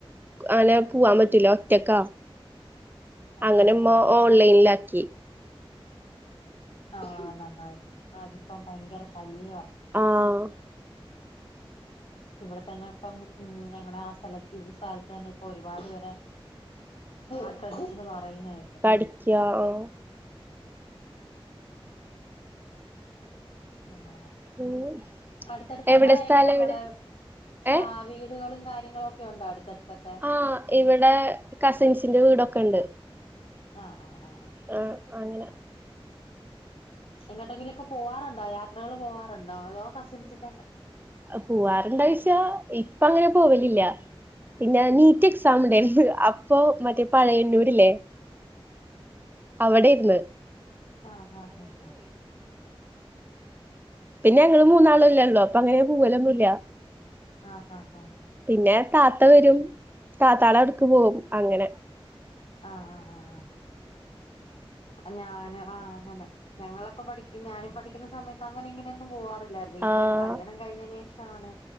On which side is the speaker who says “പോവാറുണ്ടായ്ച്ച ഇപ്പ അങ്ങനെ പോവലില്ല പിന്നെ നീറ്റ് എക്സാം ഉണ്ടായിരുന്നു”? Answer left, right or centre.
Right